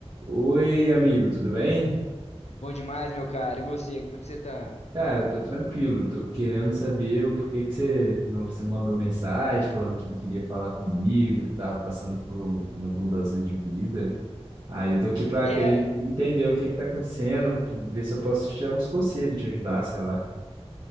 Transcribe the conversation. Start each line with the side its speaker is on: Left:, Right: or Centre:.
Right: Oi, amigo, tudo bem?
Left: Bom demais, meu cara. E você, como é que você tá?
Right: Cara, tô tranquilo, tô querendo saber por que que você, não- você mandou mensagem falando que queria falar comigo, que tava passando por umas mudanças de vida. Aí eu tô aqui pra
Left: É,
Right: querer en- entender o que que tá acontecendo, ver se eu posso te dar uns conselhos, te ajudar, sei lá.